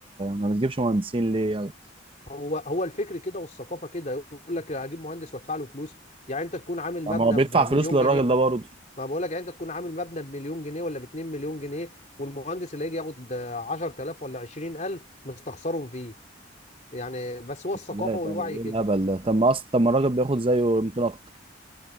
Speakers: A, on the right (about 30°); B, on the left (about 40°).
A: ما بتجيبش مهندسين ليه يعني؟
B: هو هو الفكر كده والثقافه كده يقول لك هجيب مهندس وادفع له فلوس يعني انت تكون عامل
A: طب
B: مبنى
A: ما هو بيدفع
B: بمليون
A: فلوس للراجل
B: جنيه
A: ده برضه
B: ما بقول لك يعني انت تكون عامل مبنى بمليون جنيه ولا ب 2 مليون جنيه والمهندس اللي هيجي ياخد 10000 ولا 20000 مستخسرهم فيه يعني بس هو الثقافه
A: ازاي
B: والوعي
A: طيب ايه
B: كده
A: الهبل ده طب ما اصلا طب ما الراجل بياخد زيه يمكن اكتر